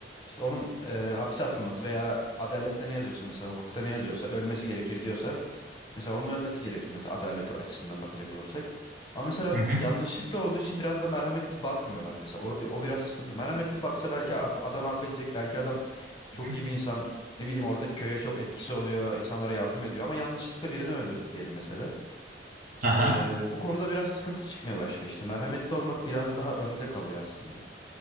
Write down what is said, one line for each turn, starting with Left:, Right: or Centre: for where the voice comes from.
Left: İşte onun eee, hapse atılması veya adalette ne yazıyorsa mesela hukukta ne yazıyorsa ölmesi gerekir diyorsa mesela onun ölmesi gerekir mesela adalet açısından bakacak olursak. Ama mesela
Right: Hı hı.
Left: yanlışlıkla
Right: hı
Left: olduğu için biraz da merhametli bakmıyorlar mesela. O, o biraz sıkıntı. Merhametli baksa belki af, adam affedecek. Belki adam çok
Right: hı.
Left: iyi bir insan. Ne bileyim orada köye çok etkisi oluyor. insanlara yardım ediyor ama yanlışlıkla birini öldürdü diyelim mesela.
Right: Aha.
Left: Eee, bu konuda biraz sıkıntı çıkmaya başlıyor işte. Merhametli olmak biraz daha önde kalıyor aslında.